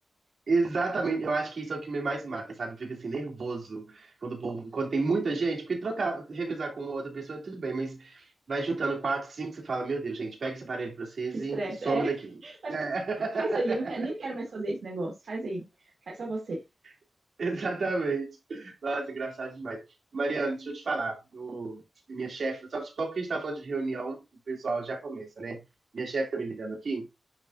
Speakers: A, on the right; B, on the right.
A: Exatamente, eu acho que isso é o que me mais mata, sabe? Eu fico assim, nervoso quando o povo, quando tem muita gente, porque trocar, revezar com uma outra pessoa, é tudo bem, mas vai juntando quatro, cinco, você fala, meu Deus, gente, pega esse aparelho pra vocês
B: Que estresse.
A: e, e some
B: É.
A: daqui.
B: Faz,
A: É.
B: faz aí, eu não quero, nem quero mais fazer esse negócio. Faz aí. Faz só você.
A: <laughs> Exatamente. Nossa, engraçado demais. Mariana, deixa eu te falar. o- minha chefe, só, só porque a gente tá falando de reunião, o pessoal já começa, né? Minha chefe tá me ligando aqui,